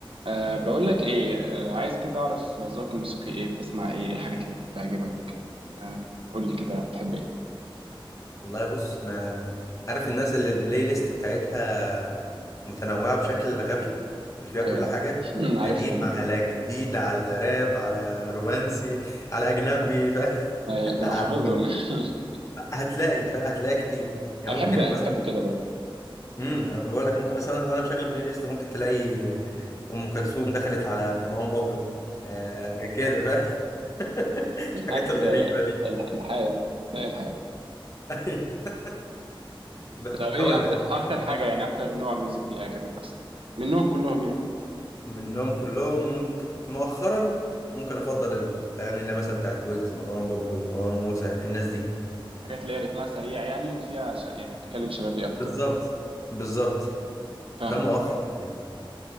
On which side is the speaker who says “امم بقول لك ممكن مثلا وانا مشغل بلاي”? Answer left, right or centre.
Left